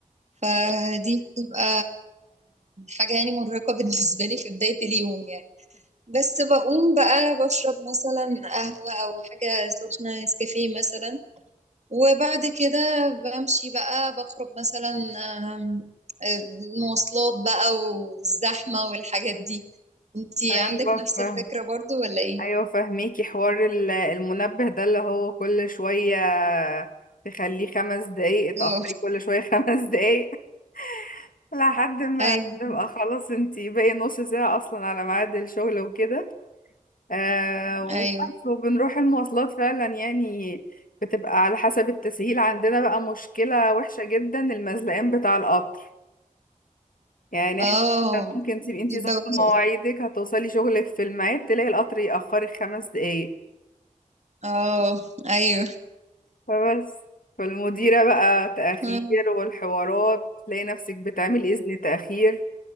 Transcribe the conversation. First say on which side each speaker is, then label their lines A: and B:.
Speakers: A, on the right (about 55°); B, on the left (about 80°).
A: فدي بتبقى حاجة يعني مرهقة <laughs> بالنسبة لي في بداية اليوم يعني بس بقوم بقى بشرب مثلا قهوة او حاجة سخنة نسكافيه مثلا وبعد كده بمشي بقى بخرج مثلا آم، آه، مواصلات بقى والزحمة والحاجات دي انتي
B: ايوه
A: عندك نفس
B: فاهم
A: الفكرة برضو ولا ايه؟
B: ايوه فاهميكي حوار ال- المنبه ده اللي هو كل شوية تخليه خمس دقايق اتأخري
A: اه
B: كل شوية خمس دقايق <laughs> لحد ما
A: ايوه
B: تبقى خلاص انتي باقي نص ساعة اصلا على ميعاد الشغل وكده آه وبس
A: ايوه
B: وبنروح المواصلات فعلا يعني بتبقى على حسب التسهيل عندنا بقى مشكلة وحشة جدا المزلقين بتاع القطر يعني
A: اه
B: احنا كان ممكن تبقي انتي
A: دي
B: ظابطة
A: بوقت
B: مواعيدك هتوصلي شغلك في الميعاد تلاقي القطر يأخرك خمس دقايق
A: اه ايوه
B: فبس فالمديرة بقى تأخير
A: اه
B: والحوارات تلاقي نفسك بتعملي إذن تأخير